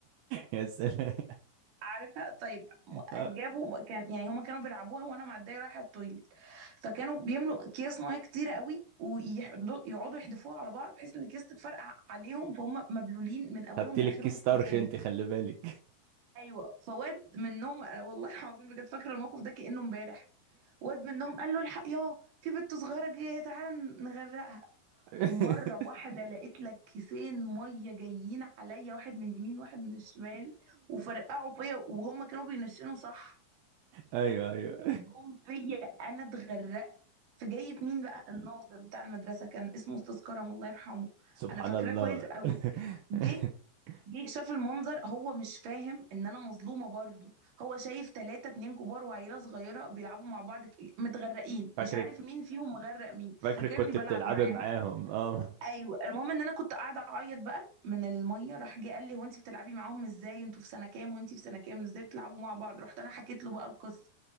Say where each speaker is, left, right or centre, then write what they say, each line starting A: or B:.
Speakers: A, on the right; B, on the right.
A: <laughs> يا سلام
B: عارفها طيب م-
A: آه.
B: جابوا كان يعني هما كانوا بيلعبوها وأنا معدية رايحة التويليت فكانوا بيملوا أكياس مية كتيرة قوي ويقعدوا يحدفوها على بعض بحيث إن الأكياس تتفرقع عليهم فهم مبلولين من أولهم
A: خدت لك
B: لآخرهم
A: كيس طرش
B: حرفيا
A: انت خلي بالك
B: ايوه فواد منهم أنا والله العظيم بجد فاكره الموقف ده كانه امبارح واد منهم قال له الحق يا في بنت صغيره جايه تعالى نغرقها
A: <laughs>
B: مره واحده لقيت لك كيسين ميه جايين عليا واحد من اليمين واحد من الشمال وفرقعوا فيا وهم كانوا بينشنوا صح
A: ايوه ايوه
B: جم فيا انا اتغرقت في جاية مين بقى الناظر بتاع المدرسه كان اسمه استاذ كرم الله يرحمه
A: <laughs> سبحان
B: انا فاكراه
A: الله
B: كويس قوي
A: <laughs>
B: جه جه شاف المنظر هو مش فاهم ان انا مظلومه برضو هو شايف ثلاثة اتنين كبار وعيله صغيره بيلعبوا مع بعض ك- متغرقين
A: فاكرك
B: مش عارف مين فيهم مغرق مين ففاكرني
A: فاكرك كنت
B: بلعب
A: بتلعبي
B: معاهم
A: معاهم اه
B: ايوه المهم ان انا كنت قاعده اعيط بقى من الميه راح جه قال لي هو انت بتلعبي معاهم ازاي انتوا في سنه كام وانت في سنه كام ازاي بتلعبوا مع بعض رحت انا حكيت له بقى القصه